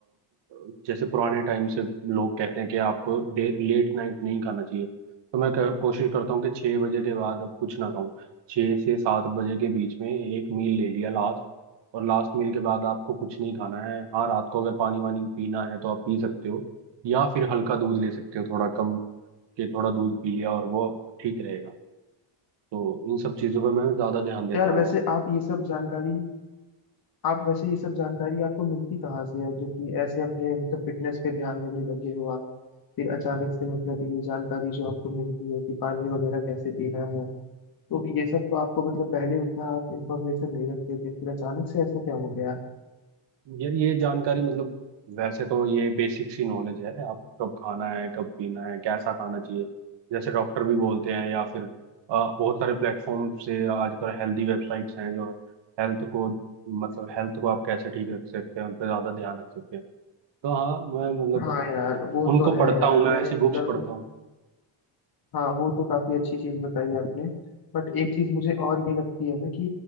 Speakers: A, on the right; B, on the left.
A: अ, जैसे पुराने टाइम से लोग कहते हैं कि आपको लेट नाइट नहीं खाना चाहिए तो मैं क- कोशिश करता हूँ कि छः बजे के बाद अब कुछ ना खाऊं छः से सात बजे के बीच में एक मील ले लिया लास्ट और लास्ट मील के बाद आपको कुछ नहीं खाना है हाँ रात को अगर पानी वानी पीना है तो आप पी सकते हो या फिर हल्का दूध ले सकते हो थोड़ा कम के थोड़ा दूध पी लिया और वो ठीक रहेगा तो इन सब चीज़ों पर मैं ज़्यादा ध्यान देता
B: तो यार
A: हूँ
B: वैसे आप ये सब जानकारी आप वैसे ये सब जानकारी आपको मिलती कहाँ से है जो कि ऐसे अपने मतलब फिटनेस पे ध्यान देने लगे हो आप फिर अचानक से मतलब ये जानकारी जो आपको मिलती है कि पानी वगैरह कैसे पीना है तो ये सब तो आपको मतलब पहले उतना आप इंफॉर्मेशन नहीं रखते थे फिर अचानक से ऐसा क्या हो गया
A: यार ये जानकारी मतलब वैसे तो ये बेसिक सी नॉलेज है आप कब खाना है कब पीना है कैसा खाना चाहिए जैसे डॉक्टर भी बोलते हैं या फिर अ, बहुत सारे प्लेटफॉर्म से आजकल हेल्दी वेबसाइट्स हैं जो हेल्थ को मतलब हेल्थ को आप कैसे ठीक रख सकते हैं उन पर ज़्यादा ध्यान रख सकते हैं तो हाँ मैं मतलब
B: हाँ यार वो
A: उनको
B: तो है
A: पढ़ता
B: यार
A: हूँ मैं
B: मैंने
A: ऐसी
B: मतलब
A: बुक्स पढ़ता हूँ
B: हाँ वो तो काफी अच्छी चीज बताई आपने बट एक चीज मुझे और ये लगती है ना कि